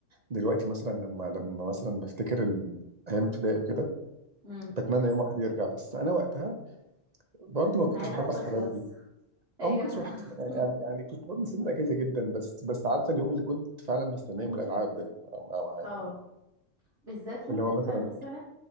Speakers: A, on the right (about 40°); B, on the right (about 55°).
A: دلوقتي مثلا لما لما مثلا بفتكر ال... ايام ابتدائي وكده
B: مم.
A: بتمنى يوم واحد يرجع بس انا وقتها برضو
B: كنت
A: ما كنتش
B: عايزة
A: بحب
B: تخلص
A: اصحى بدري
B: أيوه
A: او ما كنتش بحب
B: <laughs>
A: يعني يعني كنت برضه مستني الاجازه جدا بس بس عارفه اليوم اللي كنت فعلا بستناه يوم الالعاب ده ما- ما-
B: اه
A: يعني،
B: بالذات لما
A: اللي هو
B: بتبقى
A: مثلا
B: مثلا